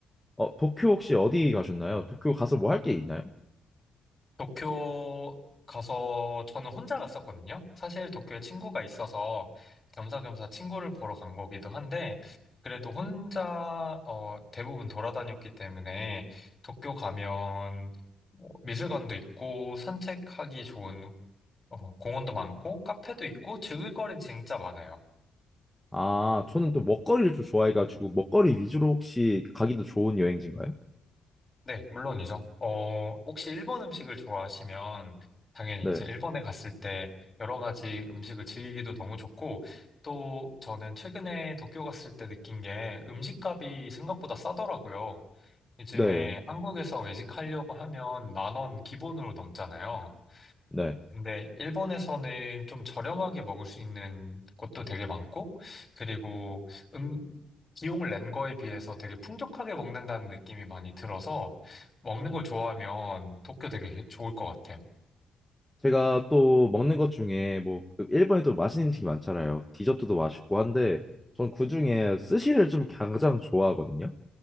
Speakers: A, in the centre; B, on the left.
A: 어, 도쿄 혹시 어디 가셨나요? 도쿄 가서 뭐 할 게 있나요?
B: 도쿄 가서 저는 혼자 갔었거든요. 사실 도쿄에 친구가 있어서 겸사겸사 친구를 보러 간 거기도 한데, 그래도 혼자 어, 대부분 돌아다녔기 때문에 도쿄 가면 뭐 미술관도 있고 산책하기 좋은 어, 공원도 많고 카페도 있고 즐길 거리는 진짜 많아요.
A: 아, 저는 또 먹거리를 좀 좋아해가지고, 먹거리 위주로 혹시 가기도 좋은 여행지인가요?
B: 네, 물론이죠. 어, 혹시 일본 음식을 좋아하시면 당연히
A: 네,
B: 이제 일본에 갔을 때 여러 가지 음식을 즐기기도 너무 좋고 또 저는 최근에 도쿄 갔을 때 느낀 게 음식값이 생각보다 싸더라고요. 요즘에
A: 네,
B: 한국에서 외식하려고 하면 만 원 기본으로 넘잖아요.
A: 네.
B: 근데 일본에서는 좀 저렴하게 먹을 수 있는 곳도 되게 많고, 그리고 음, 비용을 낸 거에 비해서 되게 풍족하게 먹는다는 느낌이 많이 들어서, 먹는 거 좋아하면 도쿄 되게 좋을 것 같아요.
A: 제가 또 먹는 것 중에, 뭐, 일본에 또 맛있는 음식이 많잖아요. 디저트도 맛있고 한데, 전 그중에 스시를 좀 가장 좋아하거든요.